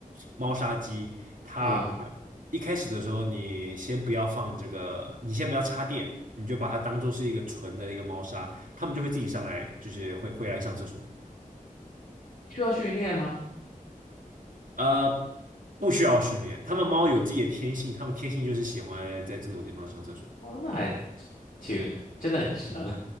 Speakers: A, on the right; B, on the left.
A: 猫砂机，它
B: 嗯，
A: 一开始的时候，你先不要放这个，你先不要插电，你就把它当做是一个纯的一个猫砂，它们就会自己上来，就是会会来上厕所。
B: 需要训练吗？
A: 呃，不需要训练，它们猫有自己的天性，它们天性就是喜欢在这种地方上厕所。
B: 哦，那还挺真的很智能。